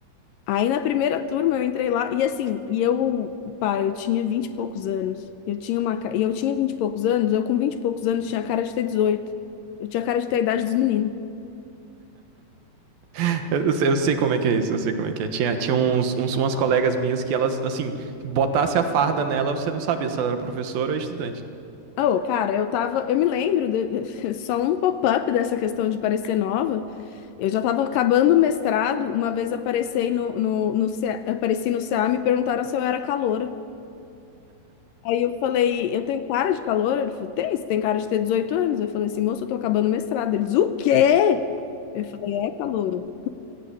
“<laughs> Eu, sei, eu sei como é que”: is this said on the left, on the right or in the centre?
Right